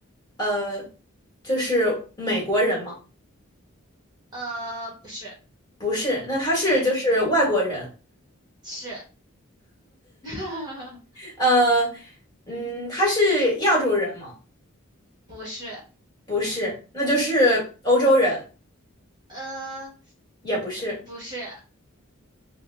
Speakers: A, on the left; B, on the right.
A: 呃就是美国人吗？
B: 呃，不是，
A: 不是，那他是就是外国人，
B: 嗯，是，<laughs>
A: 呃嗯，他是亚洲人吗？
B: 不是，
A: 不是，那就是欧洲人，
B: 呃，
A: 也不是。
B: 不是，